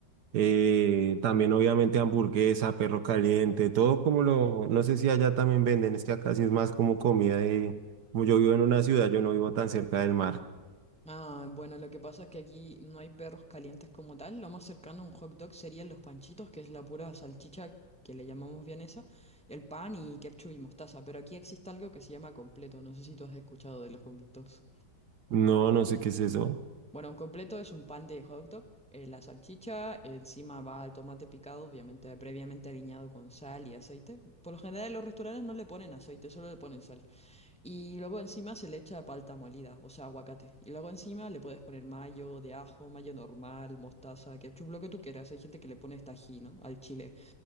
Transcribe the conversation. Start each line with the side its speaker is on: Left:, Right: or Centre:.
Right: Eh, también obviamente hamburguesa, perro caliente, todo como lo, no sé si allá también venden, es que acá sí es más como comida de, como yo vivo en una ciudad, yo no vivo tan cerca del mar.
Centre: Ah, bueno, lo que pasa es que aquí no hay perros calientes como tal. Lo más cercano a un hot dog serían los panchitos, que es la pura salchicha que le llamamos vienesa, el pan y ketchup y mostaza. Pero aquí existe algo que se llama completo. No sé si tú has escuchado de los completos.
Right: No, no sé qué es eso.
Centre: Bueno, un completo es un pan de hot dog, eh, la salchicha, encima va el tomate picado, obviamente previamente aliñado con sal y aceite. Por lo general en los restaurantes no le ponen aceite, solo le ponen sal. Y luego encima se le echa palta molida, o sea, aguacate. Y luego encima le puedes poner mayo de ajo, mayo normal, mostaza, ketchup, lo que tú quieras. Hay gente que le pone hasta ¿no? Al chile.